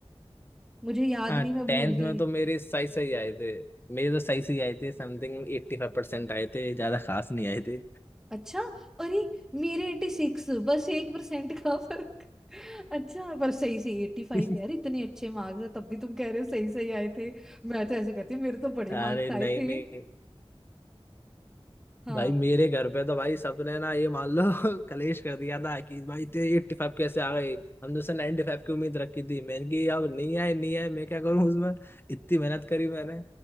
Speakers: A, in the centre; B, on the left.
A: मुझे याद
B: हाँ
A: नहीं मैं भूल
B: टेंथ
A: गई
B: में तो मेरे सही सही आए थे मेरे तो सही सही आए थे समथिंग एट्टी फाइव परसेंट आए थे ज्यादा खास नहीं आए थे
A: अच्छा अरे मेरे एटी सिक्स बस एक परसेंट का फर्क अच्छा पर सही सही एट्टी फाइव
B: <laughs>
A: यार इतने अच्छे मार्क्स है तब भी तुम कह रहे हो सही सही आए थे मैं तो ऐसे कहती हूँ मेरे तो बड़े
B: अरे
A: मार्क्स
B: नहीं
A: आए थे
B: नहीं
A: हाँ
B: भाई मेरे घर पे तो भाई सबने ना ये मान लो <laughs> कलेश कर दिया था कि भाई तेरे एट्टी फाइव कैसे आ गए हमने उसे नाइन्टी फाइव की उम्मीद रखी थी मैंने कि अब नहीं आए नहीं आए मैं क्या करूं उसमें इतनी मेहनत करी मैंने